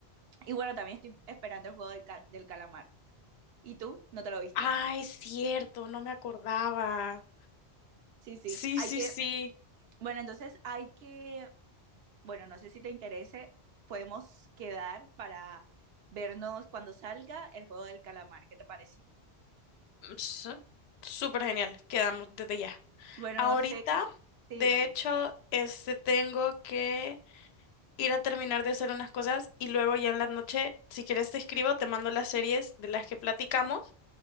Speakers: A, on the right; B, on the left.
A: Y bueno, también estoy esperando el juego del, ca- del calamar. ¿Y tú? ¿No te lo viste?
B: Ah, es cierto, no me acordaba.
A: Sí, sí.
B: Sí,
A: Hay
B: sí,
A: que,
B: sí.
A: bueno, entonces hay que, bueno, no sé si te interese, podemos quedar para vernos cuando salga el juego del calamar. ¿Qué te parece?
B: S- Súper genial, quedamos desde ya.
A: Bueno,
B: Ahorita,
A: no sé. Sí,
B: de
A: dime, dime.
B: hecho, este tengo que ir a terminar de hacer unas cosas y luego ya en la noche, si quieres te escribo, te mando las series de las que platicamos